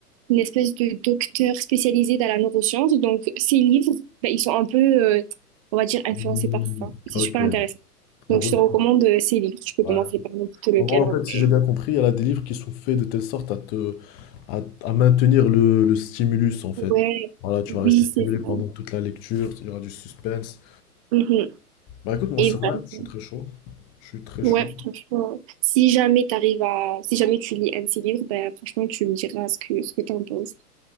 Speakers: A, on the right; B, on the left.
A: une espèce de docteur spécialisée dans la neuroscience. Donc, ces livres, bah, ils sont un peu, euh, on va dire, influencés
B: Mm,
A: par ça. C'est
B: Ok.
A: super
B: En
A: intéressant. Donc,
B: gros,
A: je te recommande euh, ces livres. Tu peux commencer
B: ouais.
A: par n'importe lequel,
B: En gros, en
A: en
B: fait,
A: vrai.
B: si j'ai bien compris, il y a des livres qui sont faits de telle sorte à te, à, à maintenir le, le stimulus, en fait.
A: Ouais,
B: Voilà, tu
A: oui,
B: vas rester
A: c'est
B: stimulé pendant
A: ça.
B: toute la lecture, il y aura du suspense.
A: Mhm.
B: Bah écoute, moi,
A: Et
B: c'est vrai,
A: vraiment,
B: je suis très chaud. Je suis très
A: ouais,
B: chaud.
A: franchement, si jamais t'arrives à, si jamais tu lis un de ces livres, ben, franchement, tu me diras ce que, ce que t'en penses.